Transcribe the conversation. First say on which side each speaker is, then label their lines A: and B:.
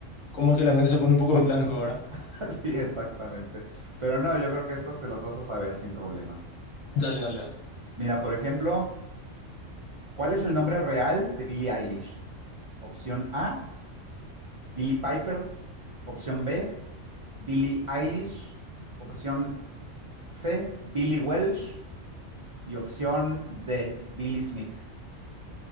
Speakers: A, on the left; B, on the right.
A: como que la mente se pone un poco en blanco ahora.
B: <laughs> Sí, exactamente. Pero no, yo creo que estas te las vas a saber sin problema.
A: Dale, dale, dale.
B: Mira, por ejemplo, ¿cuál es el nombre real de Billie Eilish? Opción A, Billy Piper, opción B, Billie Eilish, opción C, Billy Welsh y opción D, Billy Smith.